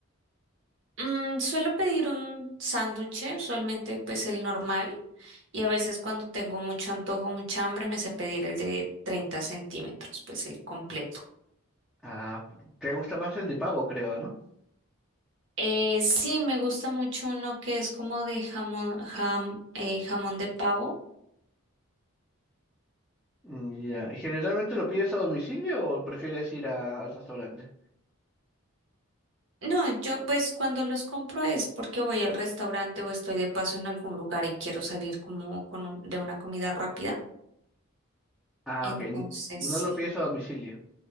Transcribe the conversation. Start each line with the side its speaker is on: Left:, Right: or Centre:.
Right: Mm, suelo pedir un sándwich, usualmente pues el normal. Y a veces cuando tengo mucho antojo, mucha hambre, me sé pedir el de 30 centímetros, pues el completo.
Centre: Ah, te gusta más el de pavo, creo, ¿no?
Right: Eh, sí, me gusta mucho uno que es como de jamón, jam- eh, jamón de pavo.
Centre: Mm, Ya. ¿Y ¿Generalmente lo pides a domicilio o prefieres ir a- al restaurante?
Right: No, yo pues cuando los compro es porque voy al restaurante o estoy de paso en algún lugar y quiero salir como con un- de una comida rápida.
Centre: Ah,
Right: Entonces
Centre: ok. n- No
Right: sí.
Centre: lo pides a domicilio.